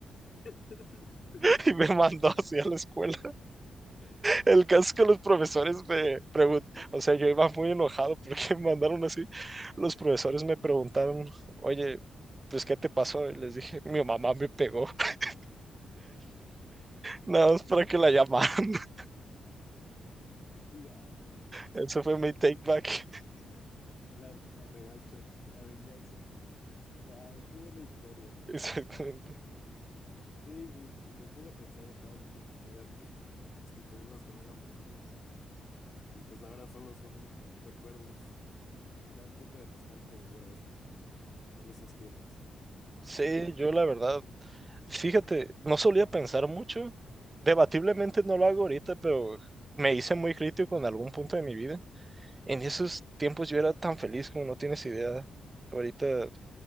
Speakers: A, on the left; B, on the right.
A: <laughs>
B: <laughs> y me mandó hacia la escuela. El caso es que los profesores me preguntaron, o sea, yo iba muy enojado porque <laughs> me mandaron así. Los profesores me preguntaron, oye, pues, ¿qué te pasó? Y les dije, mi mamá me pegó, <laughs> nada más para que la llamaran. <laughs>
A: Guau.
B: Eso fue mi take back. <laughs>
A: La, la revancha, la venganza. Wow, qué buena historia.
B: Exactamente.
A: Así. Sí, y, y me pongo a pensar en todas esas historias que, pues, que tuvimos cuando éramos niños y pues ahora solo son <laughs> recuerdos y da un poco de nostalgia volver a eso, en esos tiempos.
B: Sí, yo la verdad, fíjate, no solía pensar mucho. Debatiblemente no lo hago ahorita, pero me hice muy crítico en algún punto de mi vida. En esos tiempos yo era tan feliz como no tienes idea. Ahorita,